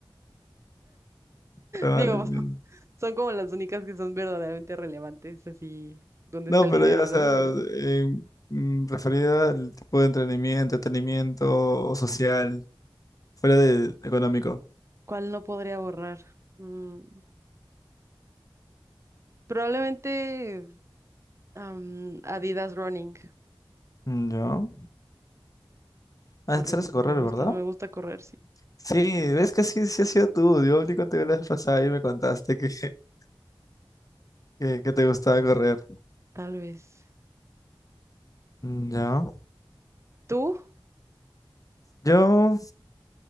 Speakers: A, on the left; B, on the right.
A: Probablemente.
B: Digo, <laughs> son como las únicas que son verdaderamente relevantes, así donde
A: No,
B: está el
A: pero
B: dinero,
A: ya, o sea,
B: ¿no? Pero,
A: em, mm, referida al tipo de entretenimiento, entretenimiento o social, fuera de económico.
B: ¿cuál no podría borrar? Mm, probablemente am, Adidas Running,
A: Mm, Ya. Ah,
B: porque
A: sales
B: me
A: a correr,
B: gusta,
A: ¿verdad?
B: me gusta correr, sí.
A: Sí,
B: Entonces,
A: ves que sí, sí ha sido tú. Yo hablé contigo la vez pasada y me contaste que, <laughs> que, que te gustaba correr.
B: tal vez.
A: Mm, Ya.
B: ¿Tú?
A: Yo